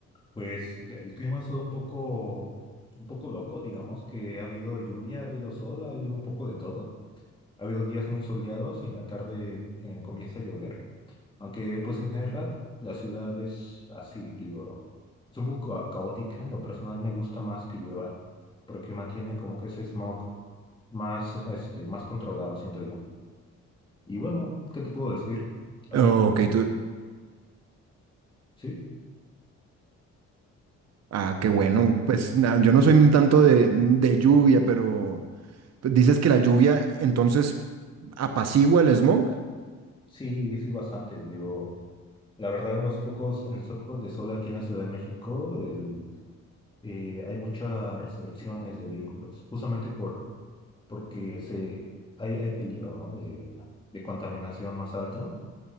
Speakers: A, on the left; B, on the right.
A: Pues de- el clima ha estado un poco, un poco loco, digamos que ha habido lluvia, ha habido sol, ha habido un poco de todo. Ha habido días muy soleados y en la tarde eh, comienza a llover. Aunque pues en general la ciudad es así, digo, es un poco ca- caótica. En lo personal me gusta más que llueva porque mantiene como que ese smog más, este, más controlado, siento yo. Y bueno, ¿qué te puedo decir? Ahí,
B: Oh, ok, tú,
A: sí.
B: ah, qué bueno, pues na- yo no soy tanto de, de lluvia, pero pues, dices que la lluvia entonces apacigua el smog.
A: Sí, sí, bastante. Digo, la verdad, en los pocos, en los pocos de sol aquí en la Ciudad de México, el, eh, hay muchas restricciones de vehículos, justamente por, porque se, hay, hay peligro, ¿no? De, de contaminación más alta.